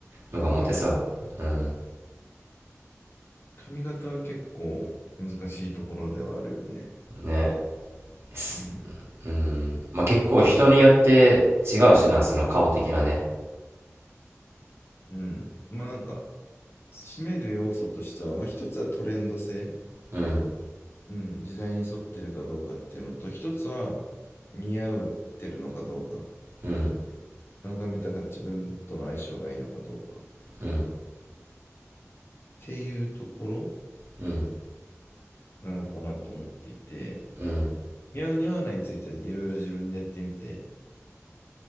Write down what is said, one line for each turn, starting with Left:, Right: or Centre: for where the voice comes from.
Left: 髪型ね。
Right: のがモテそううん
Left: 髪型は結構難しいところではあるよね。
Right: ねす
Left: うん。
Right: うんまあ結構人によって違うしなその顔的なね
Left: うん。うん。まあなんか、締める要素としては、まあ一つはトレンド性。
Right: うん
Left: うん。時代に沿ってるかどうかっていうのと、一つは似合うってるのかどうか。
Right: うん
Left: その髪型が自分との相性がいいのかどうか。っ
Right: うん
Left: ていうところ。
Right: うん
Left: なのかなと思っていて、
Right: うん
Left: 似合う似合わないについてはいろいろ自分でやってみて、